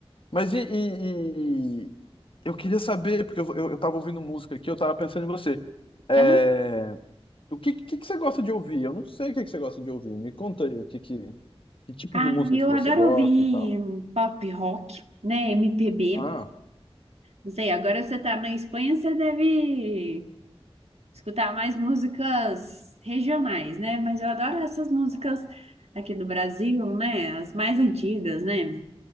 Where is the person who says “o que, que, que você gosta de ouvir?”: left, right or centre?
Left